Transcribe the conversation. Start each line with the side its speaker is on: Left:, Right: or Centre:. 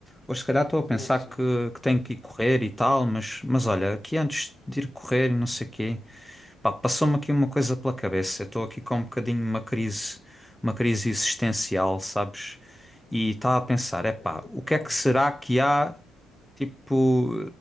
Centre: hoje se calhar estou a
Left: Estás
Centre: pensar
Left: aborrecido?
Centre: que, que tenho que ir correr e tal, mas, mas olha, aqui antes de ir correr e não sei o quê, Pá, passou-me aqui uma coisa pela cabeça. Eu estou aqui com um bocadinho uma crise, uma crise existencial, sabes? E estava a pensar, epá,
Left: Epá,
Centre: o que é que será que há, tipo,